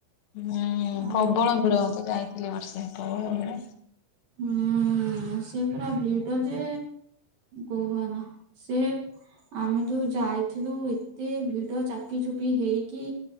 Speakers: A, on the left (about 80°); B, on the right (about 50°).
A: ହୁଁ
B: ଆଉ
A: ପ୍ରବଳ ଭିଡ ମୁଁ ତ ଯାଇଥିଲି ବର୍ଷେ ପ୍ରବଳ ଭିଡ।
B: ହୁଁ ସିଏ ପୁରା ଭିଡ ଯେ କୁହ ନା ସେ ଆମେ ଯୋଉ ଯାଇଥିଲୁ ଏତେ ଭିଡ ଚାପି ଚୁପି ହେଇକି।